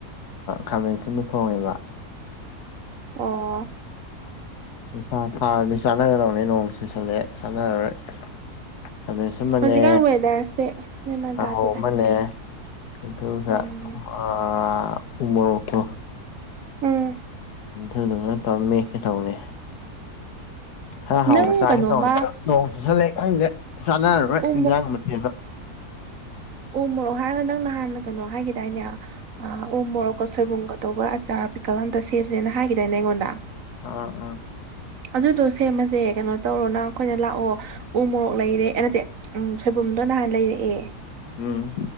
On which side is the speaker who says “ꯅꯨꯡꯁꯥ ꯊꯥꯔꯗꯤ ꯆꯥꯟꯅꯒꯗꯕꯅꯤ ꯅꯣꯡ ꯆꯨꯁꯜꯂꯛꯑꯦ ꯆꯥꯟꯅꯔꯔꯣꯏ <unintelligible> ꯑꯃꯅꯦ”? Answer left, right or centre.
Left